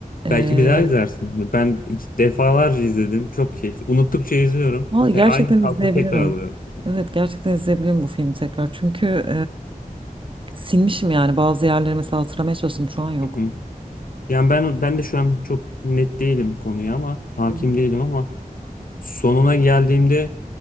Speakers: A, on the right (about 35°); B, on the left (about 70°).
A: ee,
B: Belki bir daha izlersin. Ben iki- defalarca izledim. Çok keyifli. Unuttukça izliyorum.
A: vallahi
B: Te-
A: gerçekten
B: aynı tarzı
A: izleyebilirim.
B: tekrar alıyorum.
A: Evet gerçekten izleyebilirim bu filmi tekrar. Çünkü Silmişim yani bazı yerleri mesela hatırlamaya çalıştım şu an yok.
B: Hı hı. Yani ben ben de şu an çok net değilim konuya ama hakim
A: Hı hı.
B: değilim ama sonuna geldiğimde